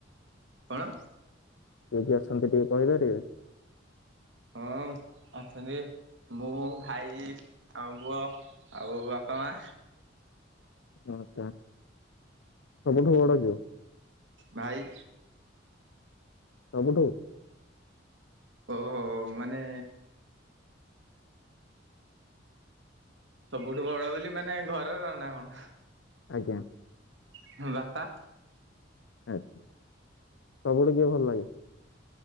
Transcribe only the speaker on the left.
କିଏ କିଏ ଅଛନ୍ତି ଟିକେ କହିପାରିବେ?
ଆଛା ସବୁଠୁ ବଡ କିଏ?
ସବୁଠୁ।
ଆଜ୍ଞା।
ଆଛା ସବୁଠି କିଏ ଭଲ ଲାଗେ?